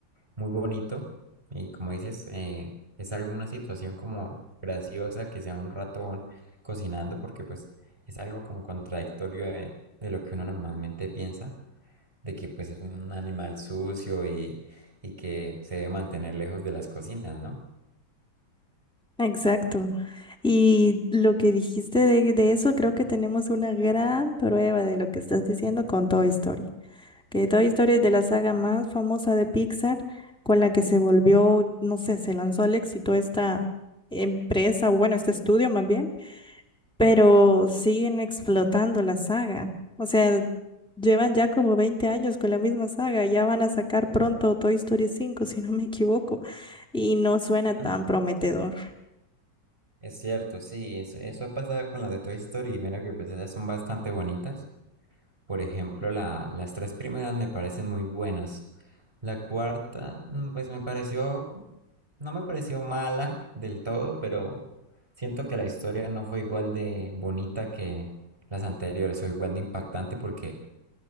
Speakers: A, on the right (about 15°); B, in the centre.
A: muy bonito y como dices, eh, es alguna situación como graciosa que sea un ratón cocinando porque pues es algo como contradictorio de, de lo que uno normalmente piensa, de que pues es un animal sucio y, y que se debe mantener lejos de las cocinas, ¿no?
B: Exacto. Y lo que dijiste de, de eso, creo que tenemos una gran prueba de lo que estás diciendo con Toy Story. Que Toy Story es de la saga más famosa de Pixar, con la que se volvió, no sé, se lanzó al éxito esta empresa, o bueno, este estudio más bien. pero siguen explotando la saga. O sea, llevan ya como 20 años con la misma saga. Ya van a sacar pronto Toy Story cinco si no me equivoco. Y no suena
A: Ujú.
B: tan prometedor.
A: Es cierto, sí, eso, eso ha pasado con las de Toy Story y mira que pues esas son bastante bonitas. Por ejemplo, la, las tres primeras me parecen muy buenas. La cuarta, mm, pues me pareció, no me pareció mala del todo, pero siento que la historia no fue igual de bonita que las anteriores, o igual de impactante porque,